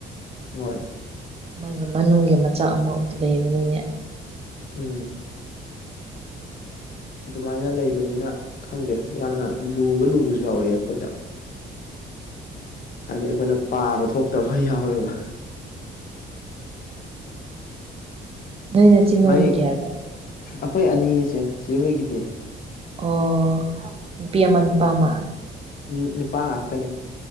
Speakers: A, on the left; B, on the right.
A: ꯍꯣꯏ
B: ꯃꯥꯒꯤ ꯃꯅꯨꯡꯒꯤ ꯃꯆꯥꯛ ꯑꯃ ꯂꯩꯕꯅꯤꯅꯦ
A: ꯎꯝ ꯑꯗꯨꯃꯥꯏꯅ ꯂꯩꯕꯅꯤꯅ ꯈꯪꯗꯦ ꯌꯥꯝꯅ ꯂꯨꯕ ꯂꯨꯕꯖꯨ ꯌꯥꯎꯔꯛꯑꯦ ꯑꯩꯈꯣꯏꯗ ꯍꯥꯏꯗꯤ ꯑꯩꯈꯣꯏꯅ ꯄꯥꯕ ꯊꯣꯛꯇꯕ ꯌꯥꯎꯋꯦꯕ
B: ꯅꯣꯏ ꯅꯆꯤꯟ ꯅꯅꯥꯎꯗꯤ
A: ꯃꯩ
B: ꯀꯌꯥꯅꫭ
A: ꯑꯩꯈꯣꯏ ꯑꯅꯤꯅꯤꯆꯦ ꯆꯦꯍꯣꯏꯒꯤꯗꯤ
B: ꯑꯣ ꯅꯨꯄꯤ ꯑꯃ ꯅꯨꯄꯥ ꯑꯃ
A: ꯎꯝ ꯅꯨꯄꯥ ꯉꯥꯛꯇꯅꯤ